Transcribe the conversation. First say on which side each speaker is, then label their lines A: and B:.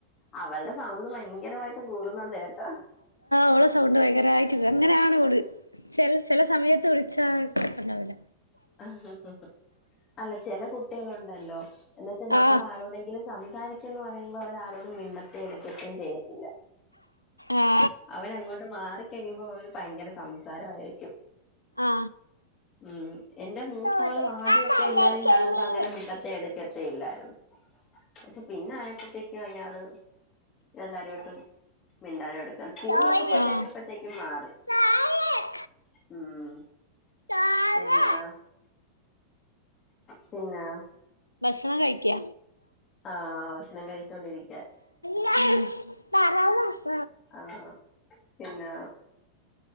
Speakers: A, on the left; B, on the left.
A: അവളുടെ സൗണ്ട് ഭയങ്കരമായിട്ട്. കൂടുന്നുണ്ട് എട്ടോ.
B: ഓള സൗണ്ട് ഭയങ്കരായിട്ട് കേ ങ്ങനാണ് വള് ചെലെ ചെലെ സമയത്ത് വിളിച്ചാ അപ്പണ്ടാവില്ല.
A: ആഹഹഹ അല്ല ചെല കുട്ട്യേള്ണ്ടല്ലോ എന്നെച്ചാ നമ്മളാരോടെങ്കിലും.
B: ആ
A: സംസാരിക്കന്ന് പറയുമ്പോ ഇ വരരോടും മിണ്ടത്തിം എടുക്കത്തിം ചെയ്യില്ല.
B: ആ
A: അവനങ്ങോ മാറിക്കഴിയുമ്പോ അവര് ഭയങ്കര സംസാര ആയിരിക്കും
B: ആ
A: ഉം. എന്റെ മൂത്താള്
B: അതല്ല
A: ആദ്യക്കെ എല്ലാരിം
B: ചെമ്മീന്
A: കാണുമ്പോ അങ്ങനെ മിണ്ടത്തെ എടുക്കത്തെ ഇല്ലായിരുന്നു. ശെ പിന്നായപ്പോത്തേക്കും അയാള് എല്ലാരോട്ടും മിണ്ടാന എടുക്കൻ സ്കൂളിലൊക്കെ
B: ചോറ്
A: പോയിക്കഴിഞ്ഞപ്പഴത്തേക്കും
B: ആ
A: മാറി
B: ചോറ്
A: ഉം
B: ചോറ്
A: <unintelligible> നാ പിന്നെ
B: ഭക്ഷണം കയ്ക്ക
A: ആഹ് ഭക്ഷണം കഴിച്ചോണ്ടിരി
B: ഞ തറാവപ്പ
A: ആഹ് പിന്നെ